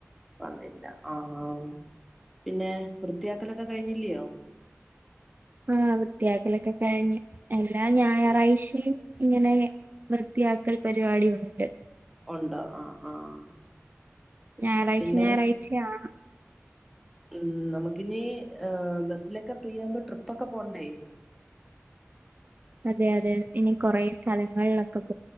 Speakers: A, in the centre; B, on the right (about 40°).
A: വന്നില്ല അഹ് ആഹ് പിന്നെ വൃത്തിയാക്കലൊക്കെ കഴിഞ്ഞില്യോ
B: ആഹ് വൃത്തിയാക്കലൊക്കെ കഴിഞ്ഞ്. എല്ലാ ഞായറാഴ്ചയും ഇങ്ങനെ വൃത്തിയാക്കൽ പരിപാടി ഉണ്ട്.
A: ഉണ്ടോ ആഹ് ആഹ്
B: ഞായറാഴ്ചിം
A: പിന്നെ
B: ഞായറാഴ്ചി ആണ്
A: ഉം നമുക്കിനീ ബസിലൊക്കെ ഫ്രീ ആവുമ്പോ ട്രിപ്പൊക്കെ പോണ്ടേ.
B: അതെ അതെ ഇനി കൊറേ സ്ഥലങ്ങളിലൊക്കെപ്